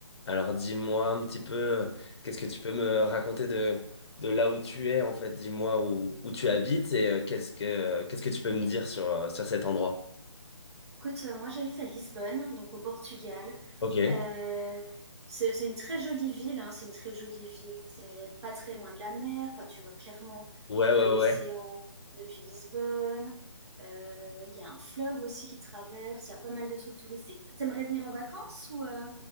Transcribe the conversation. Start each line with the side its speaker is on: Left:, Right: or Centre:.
Left: Alors dis-moi un petit peu, euh, qu'est-ce que tu peux me raconter de, de là où tu es en fait? Dis-moi où, où tu habites et euh, qu'est-ce que, qu'est-ce que tu peux me dire sur, euh, sur cet endroit?
Right: Écoute, euh, moi j'habite à Lisbonne, donc au Portugal.
Left: Ok.
Right: Euh, c'est c'est une très jolie ville, hein, c'est une très jolie ville. C'est pas très loin de la mer. Enfin, tu vois clairement
Left: Ouais,
Right: euh,
Left: ouais,
Right: l'océan
Left: ouais.
Right: depuis Lisbonne. Euh, Il y a un fleuve aussi qui traverse. Il y a pas mal de trucs touristiques. T'aimerais venir en vacances ou euh,